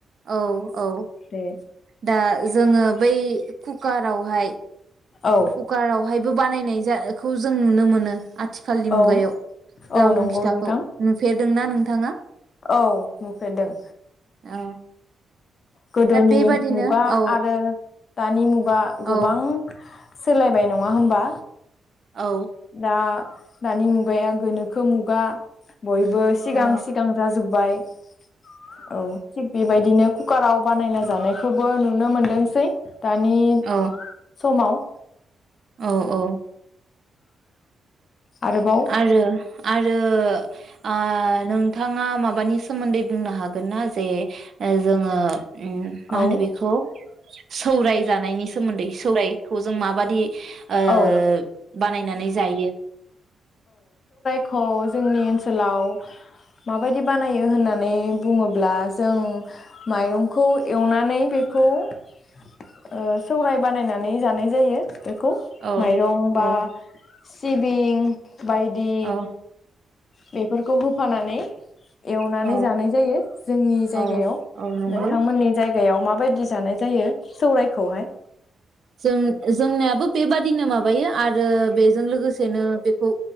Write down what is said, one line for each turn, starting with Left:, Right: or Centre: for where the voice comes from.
Right: औ औ।
Left: दे
Right: दा जोङो बै कुकारावहाय
Left: औ
Right: कुकार आवहायबो बानायनायबो जाखौ जों नुनो मो नो आ थिखालनि
Left: औ
Right: मुगायाव। लावदुम
Left: औ नंगौ
Right: फिथाखौ।
Left: नोंथां
Right: नुफेरदोंना नोंथाङा?
Left: औ नुफेरदों
Right: औ।
Left: गोदोनि
Right: दा बेबादिनो
Left: मुगा
Right: औ
Left: आरो दानि मुगा गोबां
Right: औ
Left: सोलायबाय नङा होमबा?
Right: औ
Left: दा दानि मुगाया गोनोखो मुगा बयबो सिगां
Right: औ
Left: सिगां जाजोब्बाय। <unintelligible> औ थिक बेबायदिनो कुकाराव बानायना जानायखौबो नुनो मोनदोंसै। दानि
Right: औ
Left: समाव।
Right: औ औ
Left: आरोबाव
Right: आरो आरो आ नों थाङा माबानि सोमोन्दै बुंनो हागोन ना जे ओ जोङो उम मा होनो
Left: औ
Right: बेखौ सौराय जानायनि सोमोन्दै सौरायखौ जों माबादि ओ
Left: औ
Right: बानायनानै जायो?
Left: खौ जोंनि ओनसोलाव माबायदि बानायो होननानै बुङोब्ला जों माइरंखौ एवनानै बेखौ ओ सौराय बानायनानै जानाय जायो बेखौ।
Right: औ
Left: माइरं
Right: औ
Left: बा सिबिं बायदि
Right: औ
Left: बेफोरखौ होफानानै एवनानै
Right: औ
Left: जानाय जायो जोंनि
Right: औ
Left: जायगायाव।
Right: औ नंगौ
Left: नोंथांमोननि जाय गायाव माबायदि जानाय जायो सौरायखौहाय?
Right: जों-जोंनियाबो बेबादिनो माबायो आरो बेजों लोगोसेनो बेखौ